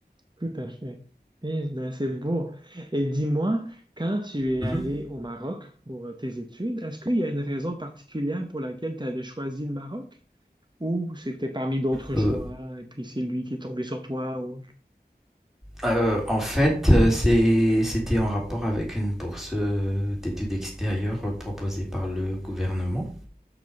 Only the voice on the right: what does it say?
tout à fait. Eh ben, c'est beau. Et dis-moi, quand tu es
allé au Maroc pour euh, tes études, est-ce qu'il y a une raison particulière pour laquelle tu avais choisi le Maroc? Ou c'était parmi d'autres
choix,
et puis c'est lui qui est tombé sur toi. Ou...